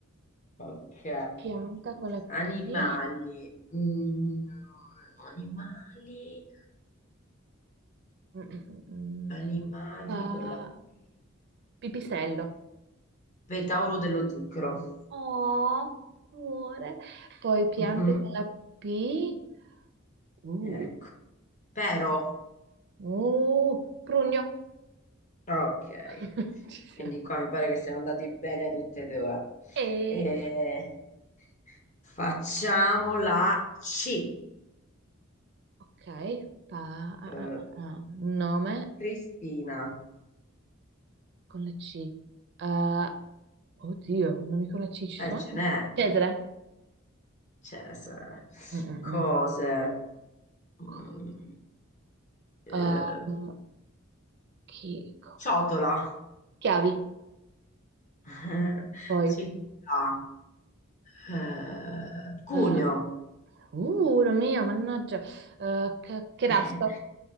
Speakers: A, on the left (about 35°); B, on the right (about 55°).
A: Ok.
B: Pianta con la P.
A: Animali. Mm, animali.
B: Mm, mm, mm, mm.
A: Animali
B: Pa-
A: con la... P.
B: pipistrello.
A: Petauro dello zucchero.
B: Oh, amore. Poi piante
A: Mhm.
B: con la P. Uh,
A: Ecco. Pero.
B: uh, prugno.
A: Ok,
B: <laughs> Ci
A: quindi
B: siamo.
A: qua mi pare che siamo andati bene tutte e due.
B: E...
A: Eh, facciamo la C.
B: Ok, pa-
A: Eh,
B: ah, ah, ah, ah. Nome
A: Cristina,
B: con la C. Ah, oddio, nomi con la C ci
A: eh,
B: sono?
A: ce n'è,
B: Cesare.
A: c'è, se-
B: Mm, mm,
A: cose.
B: mm.
A: Mm,
B: Co-
A: eh,
B: Um, chi- co-
A: ciotola,
B: Chiavi.
A: <laughs>
B: Poi...
A: città, eh, cuneo.
B: eh, Uh, mio, mannaggia, Eh, che, che rasco,
A: <laughs>